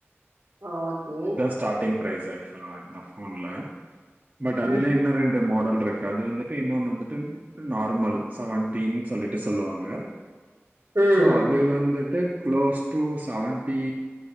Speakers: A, on the right (about 75°); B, on the right (about 35°).
A: ஓகே
B: ஸ்டாட்டிங் ஃப்ரைஸ் ஆக்சுவலா இந்த போன்ல பட் அதுல
A: ம்
B: இன்னு ரெண் டு மாடல் இருக்கு அது வந்துட்டு இன்னொன்னு வந்துட்டு நார்மல் செவன்டீன் சொல்லிட்டு சொல்லுவாங்க
A: ம்
B: சோ அது வந்துட்டு close to seventy